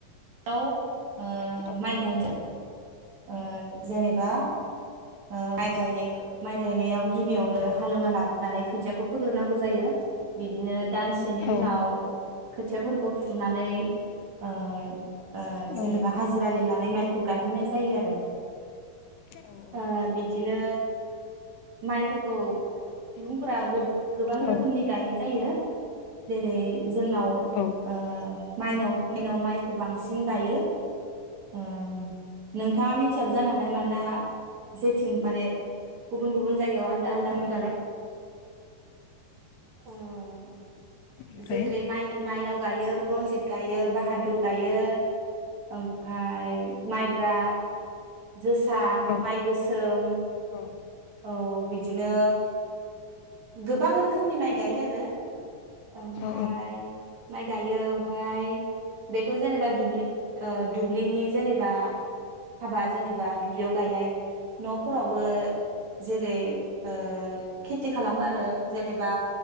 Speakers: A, on the right; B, on the left.
A: आव। ओ
B: औ
A: माइ गायो। ओ जेनेबा ओ माइ गायनायखो माइ गायनायाव गिबियावनो हालेवना लाग्रोनानै खोथियाखौ फोग्रोनांगौ जायो बिदिनो दानसेनि
B: औ
A: उनाव खोथियाफोरखौ फुनानै ओ ओ जेनेबा
B: औ औ
A: हाजिरा लिंना नै माइखौ गायहोनाय जायो आरो।
B: औ औ।
A: ओ बिदिनो माइफोर खौ सुबुंफोरा गोबां
B: औ
A: रोखोमनि गायनाय जायो। जेरै जोंनाव
B: औ
A: ओ माइनाव मिनाव माइ गोबांसिन गायो ओ नोंथाङा मिथियाबो जानो हानाय मानोना जेथिं माने गुबुन गुबुन जायगायाव आलदा आलदा नुयो नालाय। उम
B: ओमफ्राय
A: जेरै माइनाव गायो। रन्जित गायो बाहादुर गायो ओमफाय
B: औ
A: माइब्रा जोसा
B: औ
A: माइ गोसोम
B: औ
A: औ बिदिनो
B: औ
A: गोबां रोखोमनि माइ गायो आरो। ओमफाय
B: औ
A: माइ गायो ओमफाय बेथ' जेनेबा दुबलि ओ दुब्लिनि जेनेबा हाबा जेनेबा दुब्लियाव गायनाय न'फोरावबो जेरै ओ खेथि खालामो आरो जेनेबा